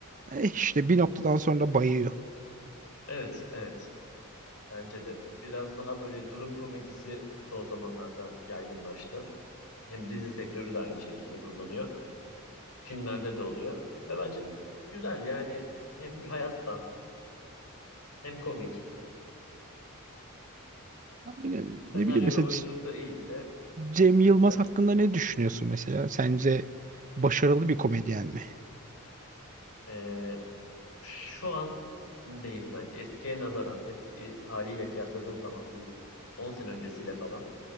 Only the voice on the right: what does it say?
eh, işte bir noktadan sonra bayıyor.
Aynen,
ne bileyim mesela
Cem Yılmaz
hakkında ne düşünüyorsun mesela? Sence başarılı bir komedyen mi?